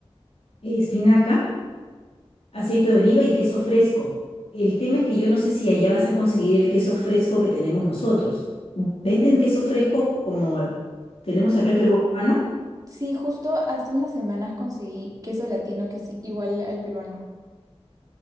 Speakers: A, on the left; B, on the right.
A: eh, espinaca, aceite de oliva y queso fresco. El tema es que yo no sé si allá vas a conseguir el queso fresco que tenemos nosotros. ¿Venden queso fresco como tenemos acá el peruano?
B: Sí, justo hace unas semanas conseguí queso latino que es igual al peruano.